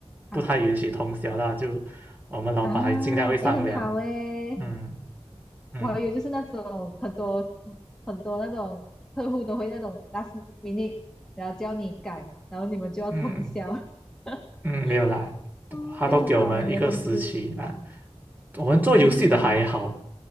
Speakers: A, in the centre; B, on the right.
A: 啊
B: 不太允许通宵啦，就我们老板还尽量会商量。
A: 啊，诶，很好诶，
B: 嗯嗯
A: 我还以为就是那种很多很多那种客户都会那种 last minute，然后叫你改，然后你们就要通宵。
B: 嗯，
A: <laughs>
B: 嗯，没有啦，
A: 哦，
B: 他都给我们一个时期啊。
A: 也很好哎，你的公司，
B: 我们做游戏的还好，
A: 嗯，